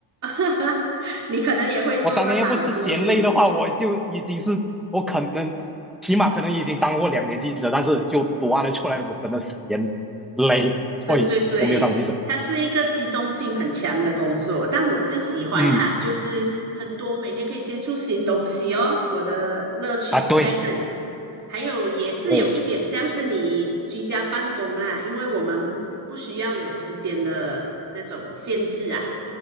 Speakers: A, on the right; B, in the centre.
A: <laughs> 你可能也会做这行，
B: 我当年要不是嫌累的话，
A: 是不是？
B: 我就已经是我可能起码可能已经当过两年记者，但是就读完了出来，我真的嫌累，
A: 对对对，
B: 所以我没有当记者。
A: 它是一个机动性很强的工作，但我是喜欢它，
B: 嗯
A: 就是很多每天可以接触新东西哦。我的乐趣是在这里，
B: 啊对，
A: 还有也是有一点像是你居家办公啦，
B: 哦
A: 因为我们不需要有时间的那种限制啊，